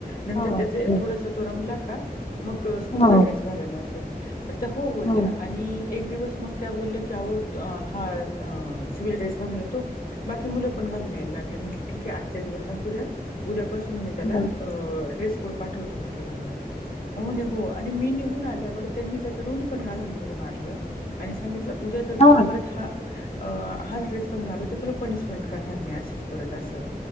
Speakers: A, on the left; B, on the left.
A: नंतर
B: हा
A: त्याचे
B: तेच.
A: थोडसं तो रमला का मग स्कूलचा
B: हा हा
A: ड्रेस घालेल असं तर त्या हो बोलल्या.
B: हा
A: आणि एक दिवस मग त्या बोलल्या की आहो तो हा अ सिबिल ड्रेस घालून येतो बाकी मुलं पण घालून यायला लागली म्हटलं ठीक आहे आजचा दिवस असू द्या उद्या पासून मी त्याला
B: हम्म.
A: अ ड्रेस कोड पाठवतो म्हटलं घालून ओ म्हणे हो आणि मी निघून आल्यावर त्यांनी त्याच्या दोन्हीपण गालां मध्ये मारलं आणि सांगितलं उद्या जर
B: हा.
A: तू परत हा अ हाच ड्रेस घालून तर तुला पनिशमेंट करणार मी अशीच परत असं.